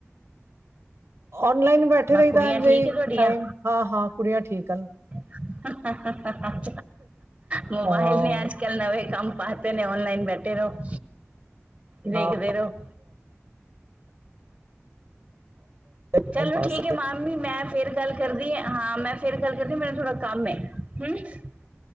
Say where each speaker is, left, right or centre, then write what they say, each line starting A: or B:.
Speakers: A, on the right; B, on the right.
A: ਔਨਲਾਈਨ ਬੈਠੇ
B: ਮੈਂ
A: ਰਹੀ
B: ਕੁੜੀਆਂ
A: ਦਾ ਹਾਂਜੀ
B: ਠੀਕ ਹੈ ਤੁਹਾਡੀਆਂ
A: ਟਾਈਮ ਹਾਂ ਹਾਂ ਕੁੜੀਆਂ ਠੀਕ ਹਨ
B: ਹਮ ਮੋਬਾਈਲ
A: ਹਾਂ,
B: ਨੇ ਅੱਜ ਕੱਲ੍ਹ ਨਵੇਂ ਕੰਮ ਪਾਤੇ ਨੇ ਔਨਲਾਈਨ ਬੈਠੇ ਰਹੋ ਦੇਖਦੇ
A: ਹਾਂ
B: ਰਹੋ
A: ਟਾਈਮ
B: ਚਲੋ
A: ਪਾਸ
B: ਠੀਕ ਹੈ ਮਾਮੀ ਮੈਂ ਫੇਰ ਗੱਲ ਕਰਦੀ ਹਾਂ ਹਾਂ ਮੈਂ ਫੇਰ ਗੱਲ ਕਹਿੰਦੇ ਮੇਨੂੰ ਥੋੜਾ ਕੰਮ ਹੈ ਹਮ